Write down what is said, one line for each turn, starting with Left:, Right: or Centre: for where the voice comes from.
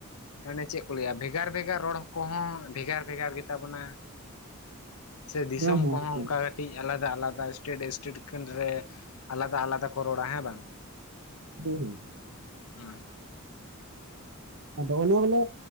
Left: ᱢᱟᱱᱮ ᱪᱮᱫ ᱠᱚ ᱞᱟᱹᱭᱟ ᱵᱷᱮᱜᱟᱨ ᱵᱷᱮᱜᱟᱨ ᱨᱚᱲ ᱠᱚᱦᱚᱸ ᱵᱷᱮᱜᱟᱨ ᱵᱷᱮᱜᱟᱨ ᱜᱮᱛᱟ ᱵᱚᱱᱟ ᱥᱮ ᱫᱤᱥᱚᱢ
Right: ᱦᱮᱸ
Left: ᱠᱚᱦᱚᱸ
Right: ᱦᱮᱸ
Left: ᱚᱱᱠᱟ ᱠᱟᱹᱴᱤᱡ ᱟᱞᱟᱫᱟ ᱟᱞᱟᱫᱟ ᱮᱥᱴᱮᱴ ᱮᱥᱴᱮᱴ ᱨᱮ ᱟᱞᱟᱫᱟ ᱟᱞᱟᱫᱟ ᱠᱚ ᱨᱚᱲᱟ ᱦᱮᱸ ᱵᱟᱝ?
Right: <inaudible>
Left: ᱦᱩᱸ᱾
Right: ᱟᱫᱚ ᱚᱱᱟ ᱵᱚᱞᱮ